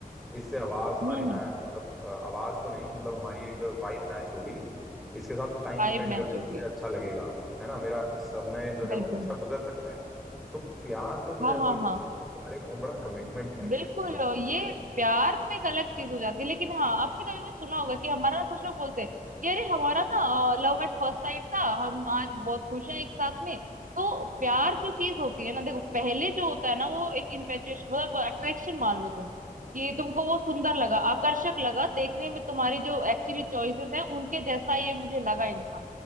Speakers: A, in the centre; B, on the right.
A: इससे आवाज हमारी
B: हम्म
A: मैच मतलब अ, आवाज तो नहीं मतलब हमारी एक वाइब मैच हो गई इसके साथ टाइम
B: फाइव
A: स्पेंड
B: मैच
A: करने में
B: हो
A: मुझे
B: गई
A: अच्छा लगेगा है ना मेरा समय जो है
B: बिल्कुल
A: वो अच्छा गुजर सकता है तो प्यार तो मुझे
B: हाँ
A: ऐसा
B: हाँ
A: लगता
B: हाँ
A: है कि प्यार एक बहुत बड़ा कमिटमेंट है
B: बिल्कुल
A: मुझे
B: और
A: जो
B: ये
A: लगता है
B: प्यार तो एक अलग चीज हो जाती है लेकिन हाँ आपने कभी भी सुना होगा कि हमारा ना कुछ लोग बोलते हैं कि अरे हमारा ना लव एट फर्स्ट साइट था हम आज बहुत खुश हैं एक साथ में तो प्यार जो चीज होती है ना देखो पहले जो होता है ना वो एक इन्फेचुएशन मतलब अट्रैक्शन मान लो तुम कि तुमको वो सुंदर लगा आकर्षक लगा देखने में तुम्हारी जो एक्चुअली चॉइसेस है उनके जैसा ये मुझे लगा इंसान